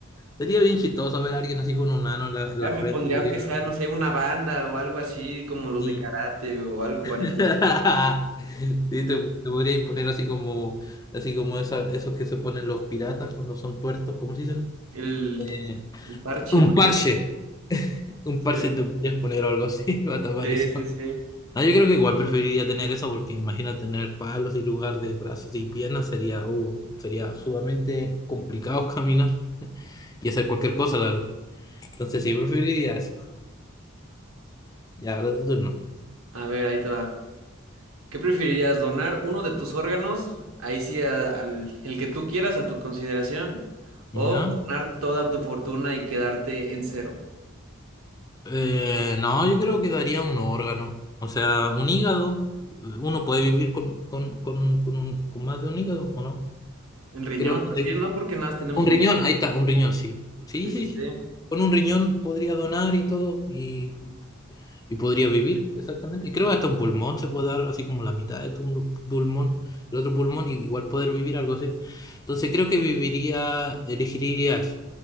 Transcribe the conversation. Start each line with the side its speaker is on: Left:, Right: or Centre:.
Left: sería bien chistoso ver a alguien así con un ano en la, en
Right: Ya
Left: la
Right: me
Left: frente.
Right: pondría,
Left: Sería,
Right: aunque sea, no sé, una banda o algo así, como los
Left: sí.
Right: de karate o algo parecido.
Left: <laughs> Sí, te, te podríais poner así como, así como esa- esos que se ponen los piratas cuando son tuertos, ¿cómo se dicen?
Right: El,
Left: Eh,
Right: el parche,
Left: un
Right: ¿no?
Left: parche, un parche
Right: Sí,
Left: te podrías poner o algo así <laughs> para tapar
Right: sí,
Left: eso.
Right: sí. sí.
Left: No, yo creo que igual preferiría tener eso porque imagina tener palos y lugar de brazos y piernas sería, uh, sería sumamente complicado <laughs> caminar y hacer cualquier cosa, la verdad. Entonces sí, preferiría eso. Ya, ahora es tu turno.
Right: A ver, ahí te va. ¿Qué preferirías, donar uno de tus órganos, ahí sí a- al el que tú quieras a tu consideración, o
Left: ¿Ya?
Right: donar toda tu fortuna y quedarte en cero?
Left: Eh, no, yo creo que daría un órgano, o sea, un hígado. eh, Uno puede vivir con, con, con, con, un- con más de un hígado, ¿o no?
Right: En riñón,
Left: Creo que
Right: más bien, ¿no? Porque nada más tenemos
Left: un
Right: un...
Left: riñón, ahí está, un riñón, sí. Sí,
Right: Sí,
Left: sí,
Right: sí, sí.
Left: sí. Con un riñón podría donar y todo, y, y podría vivir, exactamente. Y creo que hasta un pulmón se puede dar, así como la mitad de tu pulmón, el otro pulmón, y igual poder vivir algo así. Entonces creo que viviría, elegiría eso,